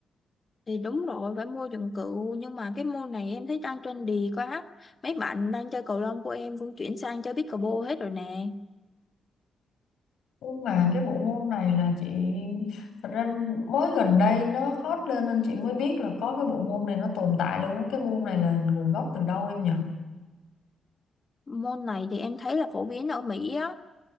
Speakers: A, on the left (about 25°); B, on the left (about 75°).
A: Thì đúng rồi, phải mua dụng cụ, nhưng mà cái môn này em thấy đang trendy quá. Mấy bạn đang chơi cầu lông của em cũng chuyển sang chơi pickleball hết rồi nè.
B: nhưng mà cái bộ môn này là chị thật ra mới gần đây nó hot lên nên chị mới biết là có cái bộ môn này nó tồn tại luôn á cái môn này là nguồn gốc từ đâu em nhỉ
A: Môn này thì em thấy là phổ biến ở Mỹ á,